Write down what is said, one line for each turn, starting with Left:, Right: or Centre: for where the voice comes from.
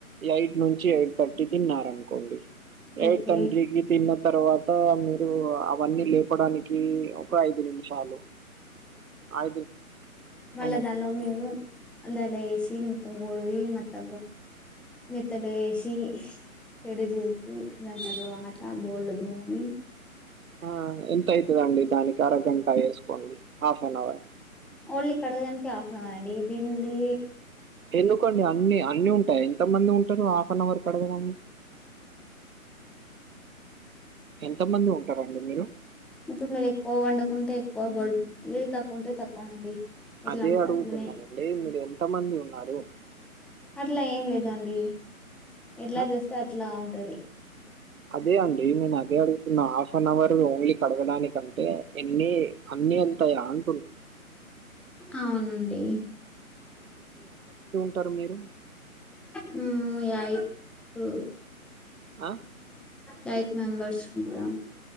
Right: ఎయిట్ నుంచి ఎయిట్ థర్టీ తిన్నారనుకోండి
Centre: ఓకే
Right: ఎయిట్ ట్వన్టికి తిన్న తర్వాత మీరు అవన్నీ లేపడానికి ఒక ఐదు నిమిషాలు ఐదు
Centre: మళ్ళజల్లం
Right: ఆ,
Centre: మేము అల లెసి మత్త ముడువి మత్తా మెత్తలు ఏసి ఏడి చేసి దాని తర్వాత బోళ్ళు దోమి
Right: ఆ ఎంత అవుతదండి దానికి అరగంట వేసుకోండి హాఫ్ అన్ అవర్
Centre: ఒళ్ళి కడగదనీకె హాఫ్ అన్వర్ అండి దీన్లీ
Right: ఎందుకోండి అన్ని అన్ని ఉంటాయి ఎంతమంది ఉంటా అంటే నువ్ హఫ్ అన్వర్ కడగద ఎంత మంది ఉంటారండి మీరు
Centre: ఇప్పుడు మీరు ఎక్కువ వండుకుంటే ఎక్కువై తుంది తక్కువ ఉంటే తక్కువ అండి ఎట్లా
Right: అదే
Centre: ఉంటే
Right: అడుగుతున్ననండి
Centre: అట్లనే
Right: మీరు ఎంత మంది ఉన్నారు
Centre: అట్లా ఏం లేదండి ఎట్లా
Right: ఆ,
Centre: చేస్తే అట్లా ఉంటది
Right: అదే అండి నేను అదే అడుగుతున్నా హాఫ్ అన్ అవర్ ఓన్లీ కడగడానికంటే ఎన్ని నీ అంతాగాన్
Centre: అవునండి
Right: అంటారు మీరు
Centre: మీ ఐ టూ
Right: అ
Centre: యేట్ మెంబర్స్ ఉంటాం